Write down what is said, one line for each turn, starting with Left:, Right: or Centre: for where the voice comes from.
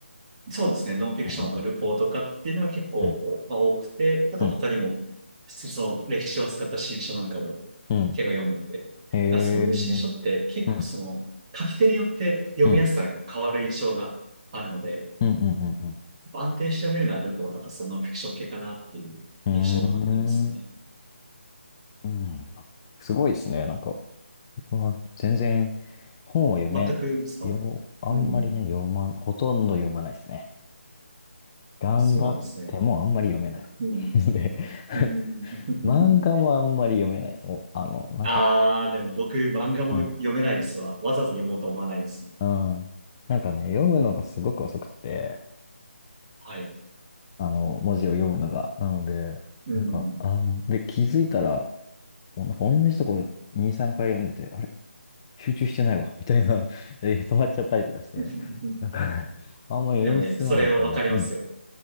Right: そうですね。ノンフィクションとかルポーとかっていうのは結構、
Left: うんうん
Right: こうまあ、多くて、あと他にも、
Left: うん。うん。
Right: その歴史を扱った新書なんかも結構読んでて、
Left: うん。
Right: だからそういう新書って結構その、
Left: へえ。うん。
Right: 書き手によって読みやすさが変わる印象があるので、
Left: うん。うんうんうん
Right: 安定して読めるのはルポーとかそのフィクション系かなっていう印象はありますね。
Left: うん。うーん。うん。すごいですね。なんか、僕は全然本は読め、
Right: 全く伝わる。
Left: よ、あんまりね、
Right: うん。
Left: 読まん、ほとんど読まないですね。頑張ってもあんまり読めない。
Right: そうなんですね。うん。
Left: <laughs> で、
Right: うん。<laughs>
Left: <laughs> 漫画もあんまり読めないです。おあの、なんか、
Right: ああ、でも僕漫画も読めないですわ。
Left: うん。
Right: わざわざ読もうと思わないです。
Left: うんなんかね、読むのがすごく遅くって、
Right: はい。
Left: あの、文字を読むのが。なので、
Right: うん。
Left: なんか、あの、で、気づいたら、もうなんか同じとこ2、3回読んでて、あれ集中してないわ、<laughs> みたいな、<laughs> え止まっちゃったりとかして、
Right: <laughs>
Left: なんかね、あんまり読み進まないから、
Right: でもね、それはわかりますよ。
Left: うん、